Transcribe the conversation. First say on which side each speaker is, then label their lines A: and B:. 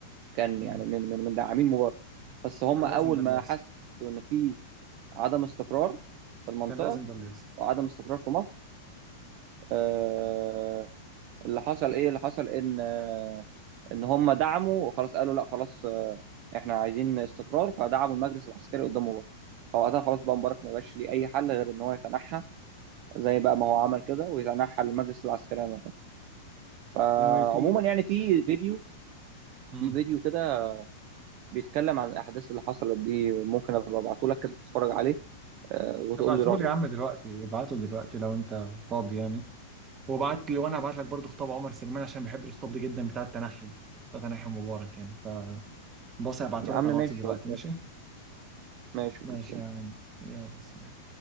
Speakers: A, on the right (about 40°); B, on the right (about 20°).
A: كان
B: مم.
A: يعني من من من داعمين مبارك بس هم
B: كان
A: اول
B: لازم ده اللي
A: ما
B: يحصل
A: حسوا ان في عدم استقرار في المنطقه
B: كان لازم ده اللي يحصل
A: وعدم استقرار في مصر آه، اللي حصل ايه اللي حصل ان آه، ان هم دعموا وخلاص قالوا لا خلاص آه، احنا عايزين استقرار فدعموا المجلس العسكري قدام مبارك فوقتها خلاص بقى مبارك ما بقاش ليه اي حل غير ان هو يتنحى زي بقى ما هو عمل كده ويتنحى للمجلس العسكري عن الحكم. فعموما
B: anyway في
A: يعني في فيديو
B: مم.
A: في فيديو كده بيتكلم عن الاحداث اللي حصلت دي ممكن ابقى ابعته لك كده تتفرج عليه آه، وتقول
B: ابعتهولي
A: لي رايك
B: يا عم دلوقتي ابعته دلوقتي لو انت فاضي يعني وبعت لي وانا هبعت لك برضه خطاب عمر سليمان عشان بحب الخطاب ده جدا بتاع التنحي بتاع تنحي مبارك يعني فبص هبعته
A: يا عم
B: لك على
A: ماشي
B: الواتس دلوقتي
A: خلاص،
B: ماشي
A: ماشي
B: ماشي
A: خلاص.
B: يا عم. يلا سلام